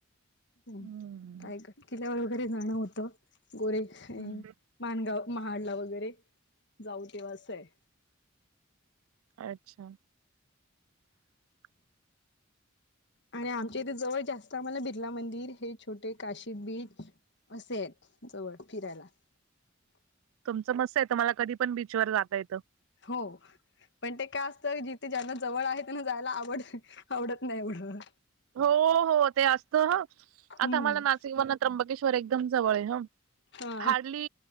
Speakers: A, on the right; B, on the left.
A: हम्म
B: रायगड, किल्ल्यावर वगैरे जाणं होतं. गोरे
A: हम्म
B: माणगाव, महाडला, वगैरे जाऊ तेव्हा असं आहे.
A: अच्छा! <inaudible>
B: आणि आमच्या इथे जवळ जास्त आम्हाला बिर्ला मंदिर हे छोटे काशी बीच असे आहेत जवळ फिरायला
A: तुमचं मस्त, तुम्हाला कधी पण बीच वर जाता येतं.
B: हो. पण ते काय असतं, जिथे ज्यांना जवळ आहे त्यांना जायला आवड आवडत नाही म्हण.
A: हो हो ते असत.
B: हम्म
A: आता आम्हाला नाशिक वरण त्र्यंबकेश्वर एकदम जवळ आहे ह
B: हा
A: हार्डली